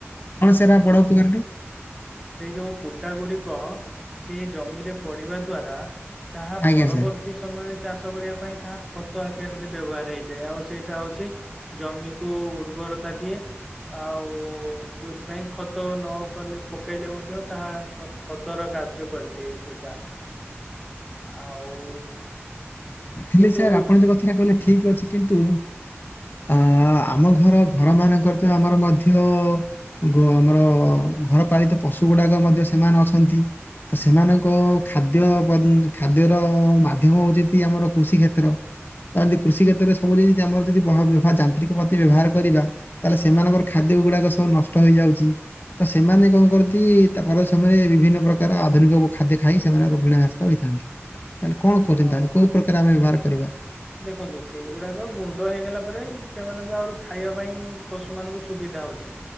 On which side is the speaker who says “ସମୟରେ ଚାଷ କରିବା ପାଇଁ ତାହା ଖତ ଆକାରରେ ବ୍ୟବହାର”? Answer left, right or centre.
Centre